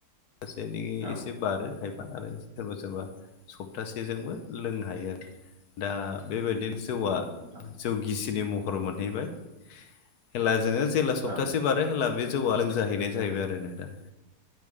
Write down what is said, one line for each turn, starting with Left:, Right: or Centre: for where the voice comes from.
Left: सासे नों
Right: औ
Left: एसे बारो खायफा आरो सोरबा सोरबा सप्तासेजोंबो लोंनो हायो आरो दा बेबायदिनो जौआ
Right: नंगौ नोंथां
Left: जौ गिसिनि महर मोनहैबाय हेला जोंङो जेला सप्तासे
Right: औ
Left: बारो होनब्ला बे जौआ लोंजाहैनाय जाहैबाय आरो नोंथां।